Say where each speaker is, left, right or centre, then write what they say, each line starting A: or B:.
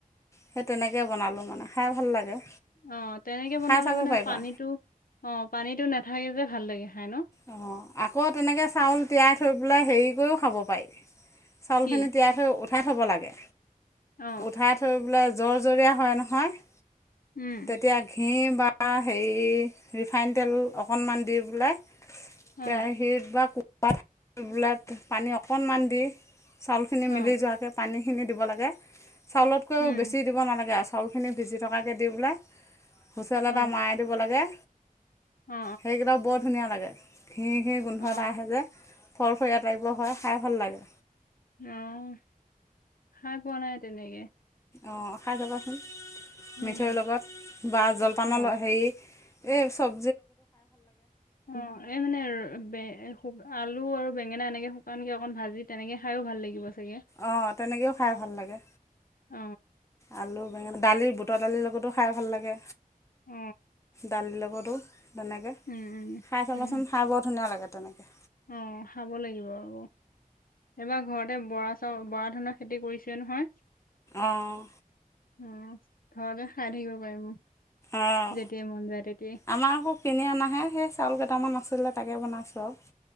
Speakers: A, on the left; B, on the left.
A: সেই তেনেকে বনালোঁ মানে খাই ভাল লাগে।
B: অঁ তেনেকে বনালে
A: খাই চাব
B: মানে
A: পাৰিবা
B: পানীটো অ পানীটো নাথাকে যে ভাল লাগে। খাই ন
A: অঁ আকৌ তেনেকৈ চাউল তিয়াই থৈ পেলাই হেৰি কৰিও খাব পাৰি। চাউলখিনি
B: কি
A: তিয়াই থৈ উঠাই থ'ব লাগে,
B: অ
A: উঠাই থৈ বোলে জৰজৰীয়া হয় নহয়,
B: উম
A: তেতিয়া ঘি বা হেৰি ৰিফাইন তেল অকণমান দি পেলাই
B: অ
A: কেৰাহীত বা কুকাত পানী অকণমান দি চাউলখিনি
B: অ
A: মিলি যোৱাকে পানীখিনি দিব লাগে চাউলতকৈও
B: উম
A: বেছি দিব নালাগে আ চাউলখিনি ভিজি থকাকৈ দি বোলে হুইচেল
B: অ
A: এটা মৰাই দিব লাগে
B: অ অ
A: সেইকেইটাও বৰ ধুনীয়া লাগে। ঘি ঘিৰ গোন্ধ
B: অ
A: এটা আহে যে ফৰফৰীয়া তাইপৰ হয় খাই ভাল লাগে।
B: অঁ খাই পোৱা নাই তেনেকে।
A: অঁ খাই চাবাচোন
B: উম
A: মিঠৈৰ লগত বা জলপানৰ
B: অ
A: হেৰি এই চব
B: অ এ মানে আলু আৰু বেঙেনা এনেকে শুকানকে অকন ভাজি তেনেকে খাইো ভাল লাগিব। চাগে
A: অঁ তেনেকৈও খাই ভাল লাগে,
B: অ
A: আলু দালিৰ বুট দালিৰ লগতো খাই ভাল লাগে
B: অ
A: দালিৰ লগতো। তেনেকে,
B: উম উম
A: খাই চাবাচোন
B: উম
A: খাই বৰ ধুনীয়া লাগে তেনেকে।
B: অ', খাব লাগিব ৰ'ব। এইবাৰ ঘৰতে বৰা চাউল বৰা ধানৰ খেতি কৰিছে নহয়।
A: অঁ
B: উম', ঘৰতে খাই থাকিব পাৰিব
A: অঁ
B: যেতিয়াই মন যায় তেতিয়া
A: আমাৰ আকৌ কিনি আনাহে সেই চাউল কেইটামান আছিলে তাকে বনাইছোঁ আও।